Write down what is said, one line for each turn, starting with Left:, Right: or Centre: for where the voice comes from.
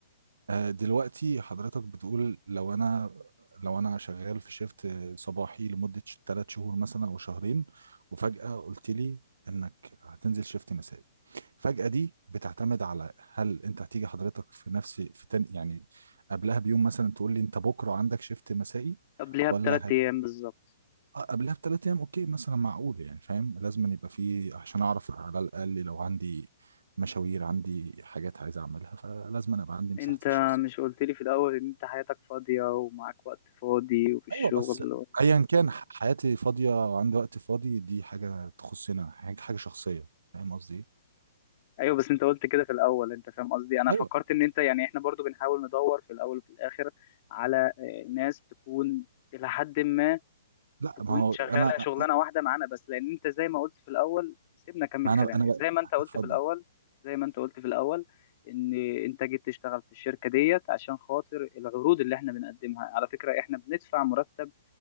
Right: آه، دلوقتي حضرتك بتقول لو انا لو انا شغال في شيفت صباحي لمدة ثلاث شهور مثلا او شهرين وفجأة قلت لي انك هتنزل شيفت مسائي فجأة دي بتعتمد على هل انت هتيجي حضرتك في نفس في تاني يعني قبلها بيوم مثلا تقول لي انت بكرة عندك شيفت مسائي
Left: قبلها
Right: ولا
Left: بثلاث
Right: هيبقى
Left: أيام بالظبط
Right: آه، قبلها بثلاث ايام اوكي مثلا معقول يعني فاهم لازم أن يبقى فيه عشان اعرف على الاقل لو عندي مشاوير عندي حاجات عايز اعملها فلازم أن ابقى عندي مساحتي
Left: أنت
Right: الشخصية
Left: مش قلت لي في الأول إن أنت حياتك فاضية ومعاك وقت فاضي وفي الشغل
Right: ايوه بس ايا كان ح- حياتي فاضيه وعندي وقت فاضي دي حاجه تخصنا حاجه حاجه شخصيه فاهم قصدي ايه
Left: ايوه بس انت قلت كده في الاول انت فاهم قصدي انا
Right: ايوه
Left: فكرت ان انت يعني احنا برضو بنحاول ندور في الاول وفي الاخر على آه، ناس تكون الى حد ما
Right: لا
Left: تكون
Right: ما هو
Left: شغاله
Right: انا
Left: شغلانه واحده معانا بس لان انت زي ما قلت في الاول سيبنا اكمل
Right: ما انا
Left: كلامي
Right: انا بقى
Left: زي ما انت قلت
Right: اتفضل
Left: في الاول زي ما انت قلت في الاول ان انت جيت تشتغل في الشركه ديت عشان خاطر العروض اللي احنا بنقدمها على فكره احنا بندفع مرتب